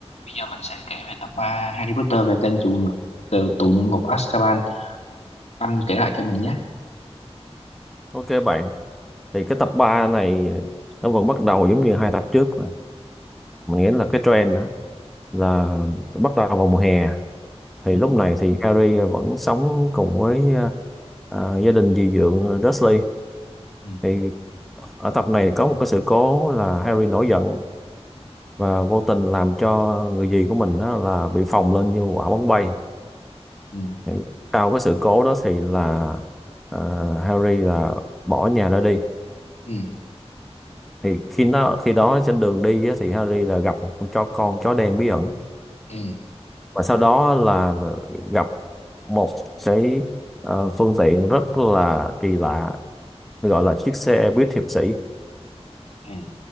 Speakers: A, on the left (about 75°); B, in the centre.
A: Bây giờ mình sẽ kể về tập 3 Harry Potter về tên tù nhục từ tù nhân ngục Azkaban. Anh kể lại cho mình nhé.
B: Ok bạn, thì cái tập 3 này nó vẫn bắt đầu giống như hai tập trước rồi. Mình nghĩ là cái trend đó là bắt đầu vào mùa hè. Thì
A: Ừ,
B: lúc này thì Harry vẫn sống cùng với ờ, ờ, gia đình dì dượng ờ, Dursley.
A: ừ,
B: Thì ở tập này có một cái sự cố là Harry nổi giận và vô tình làm cho người dì của mình đó là bị phồng lên như quả bóng bay.
A: ừ,
B: Thì sau cái sự cố đó thì là ờ, Harry là bỏ nhà ra đi
A: ừ,
B: thì khi nó khi đó trên đường đi á, thì Harry là gặp một con chó con chó đen bí ẩn
A: ừ,
B: và sau đó là gặp một cái ờ, phương tiện rất là kỳ lạ gọi là chiếc xe buýt hiệp sĩ
A: ừ,